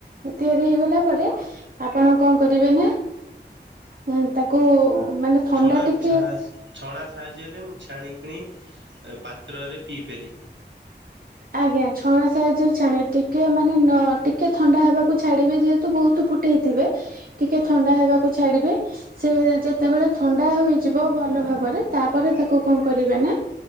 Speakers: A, on the right (about 50°); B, on the right (about 85°).
A: ତିଆରି ହେଇଗଲା ପରେ ଆପଣ କଁ କରିବେନା? ଏ ତାକୁ ମାନେ ଥଣ୍ଡା
B: ଛଣା
A: ଟିକେ-
B: ଛା ଛଣା ସାହାଯ୍ୟରେ ମୁଁ ଛାଣିିକିଣି, ପାତ୍ରରେ ପିଇପାରିବି।
A: ଆଜ୍ଞା ଛଣା ସାହାଯ୍ୟରେ ଛାଣିବେ, ଟିକେ ମାନେ ନ ଟିକେ ଥଣ୍ଡା ହେବାକୁ ଛାଡିବେ, ଯେହେତୁ ବହୁତ- ତ ଫୁଟେଇଥିବେ, ଟିକେ ଥଣ୍ଡା ହେବାକୁ ଛାଡିବେ- ସେ ଯେତେବେଳେ ଥଣ୍ଡା ହେଇଯିବ ଭଲ ଭାବରେ, ତାପରେ ତାକୁ କଣ କରିବେ ନା?